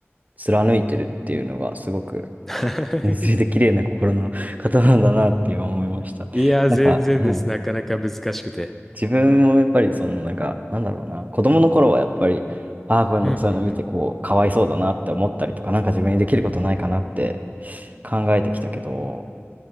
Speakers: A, on the right; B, in the centre.
A: 貫いてるっていうのがすごく、なんか、
B: <laughs>
A: 純粋で綺麗な心の方なんだなって今思いました。
B: いや、
A: なんか、
B: 全然です。
A: うん。
B: なかなか難しくて。
A: 自分もやっぱりそのなんか、なんだろうな、子供の頃はやっぱり、ああ、こういうの、
B: うんうんうん。
A: そういうの見てこう、かわいそうだなって思ったりとか、なんか自分にできることないかなって考えてきたけど、